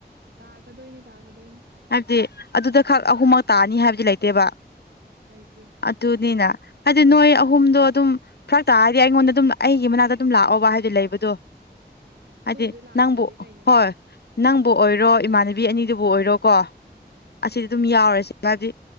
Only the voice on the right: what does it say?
ꯇꯥꯛꯀꯗꯣꯏꯅꯤ ꯇꯥꯛꯀꯗꯣꯏꯅꯤ
ꯂꯩꯇꯦ
ꯑꯗꯨꯕꯨꯗꯤ ꯂꯥꯛꯇ꯭ꯔꯗꯤ
ꯀꯩꯅꯣꯅꯦ
ꯎꯝ